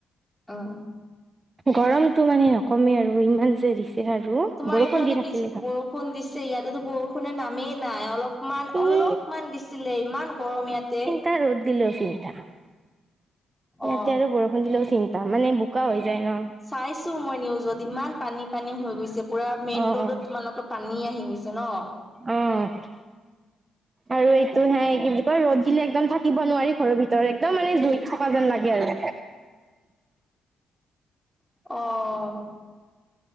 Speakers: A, in the centre; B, on the right.
A: অ উ।
B: গৰমটো মানে নকমেই আৰু ইমান যে দিছে আৰু
A: তোমাৰ
B: বৰষুণ
A: এইফালেতো
B: দি থাকিলে
A: বেছি
B: ভাল।
A: বৰষুণ দিছেই, ইয়াতেতো বৰষুণে নামেই নাই অলপমান
B: এই
A: অলপ অকমান দিছিলে ইমান গৰম ইয়াতে।
B: তাৰ ৰ'দ দিলেও চিন্তা ইয়াতে
A: অ
B: আৰু বৰষুণ দিলেও চিন্তা, মানে বোকা হৈ যায় ন।
A: চাইছো মই নিউজত ইমান পানী-পানী হৈ গৈছে পুৰা মেইন
B: অ',
A: ৰোডত তোমালোকৰ পানী আহিগৈছে ন।
B: এ এ এ এ আৰু এইটো হে কি বুলি কয় ৰ'দ দিলে একদম থাকিব নোৱাৰি ঘৰৰ ভিতৰত একদম মানে জুইত থকা যেন লাগে আৰু
A: অ অ অ অ